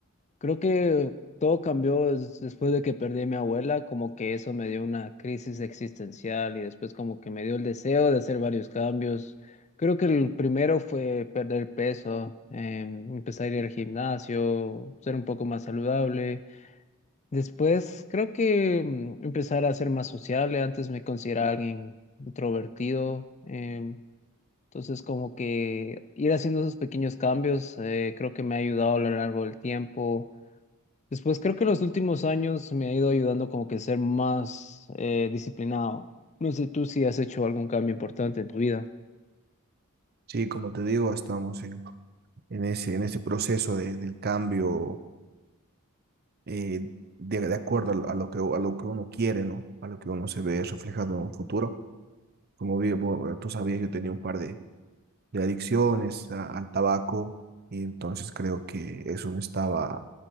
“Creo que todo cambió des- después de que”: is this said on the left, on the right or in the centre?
Left